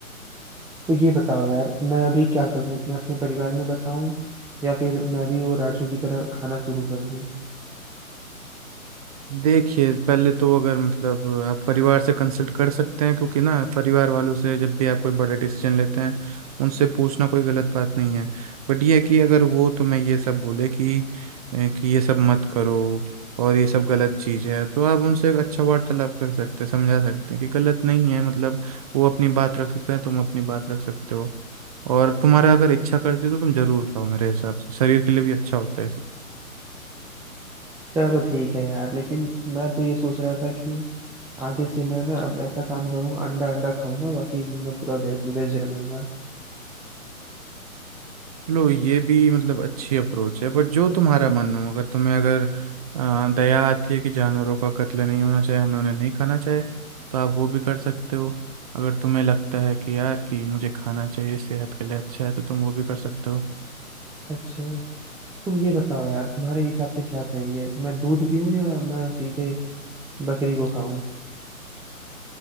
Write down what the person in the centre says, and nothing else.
तो ये बताओ यार मैं अभी क्या करूं मैं अपने परिवार में बताऊं या फिर मैं भी वो राजू की तरह खाना शुरू कर दूं
चलो ठीक है यार लेकिन मैं तो ये सोच रहा था कि आगे से मैं ना अब ऐसा काम करूंगा अंडा अंडा खाऊंगा बाकी मैं पूरा वेज वेज रहूंगा
अच्छा तो तुम ये बताओ यार तुम्हारे हिसाब से क्या सही है मैं दूध पीऊं या मैं सीधे बकरी को खाऊं